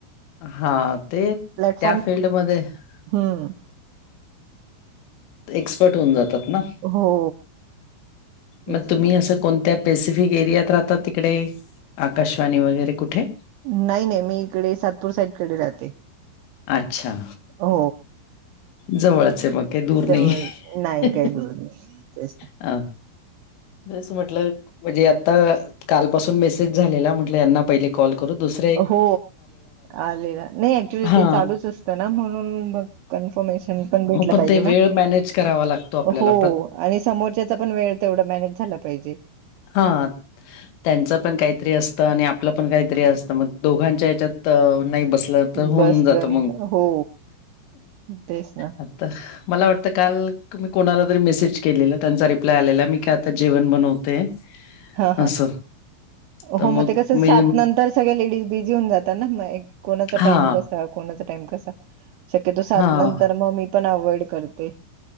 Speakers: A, on the left; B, on the right.
A: हा तेच
B: प्लॅटफॉर्म
A: त्या फिल्डमध्ये -
B: हम्म.
A: एक्सपर्ट होऊन जातात ना.
B: हो. तेच
A: मग तुम्ही
B: ना
A: असं कोणत्या पेसिफिक एरियात राहता तिकडे, आकाशवाणी वगैरे कुठे?
B: नाही, नाही, मी इकडे सातपूर साईडकडे राहते.
A: अच्छा,
B: हो
A: जवळच ये मग. काही दूर
B: जवळ
A: नाहीये.
B: नाही काही दि ते <unintelligible>
A: अ जस म्हटलं- म्हणजे आता कालपासून मेसेज झालेला, म्हटलं यांना पहिले कॉल करू दुस-
B: हो, आलेला नाही ऍक्च्युली
A: हा
B: ते चालूच असतं ना म्हणून मग- कन्फर्मेशन पण भेटलं
A: हो
B: पाहिजे
A: ते
B: ना,
A: वेळ मॅनेज करावा लागतो आपल्याला
B: हो.
A: प्र
B: आणि समोरच्याचा पण वेळ तेवढा मॅनेज झाला पाहिजे.
A: हा त्यांचं पण काहीतरी असतं आणि आपलं पण काहीतरी असतं मग दोघांच्या ह्याच्यात. तर नाही बसलं तर होऊन
B: बसलं
A: जात मग
B: हो तेच ना
A: आता मला वाटतं काल. मी कोणाला तरी मेसेज केलेला त्यांचा रिप्लाय आलेला मी काी आता जेवण बनवते.
B: हा हा
A: असं तर
B: हो मग ते कस
A: मी
B: सात नंतर सगळ्या लेडीज बिझी होऊन जातात ना मग कोणाचा
A: हा
B: टाइम कसा कोणाचा टाइम कसा? शक्यतो सात
A: हा
B: नंतर मग मी पण अव्हइड करते.